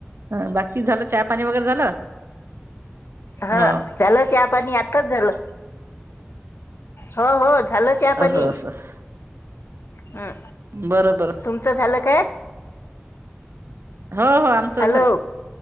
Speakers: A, on the right; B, on the left.
A: अ, बाकी झालं, चहा पाणी वगैरे झालं?
B: हा
A: हो
B: झालं चहा पाणी आताच झालं. हो, हो झालं चहा पाणी
A: असं असं
B: हम,
A: बरं बरं
B: तुमचं झालं काय?
A: हो हो आमचं
B: हॅलो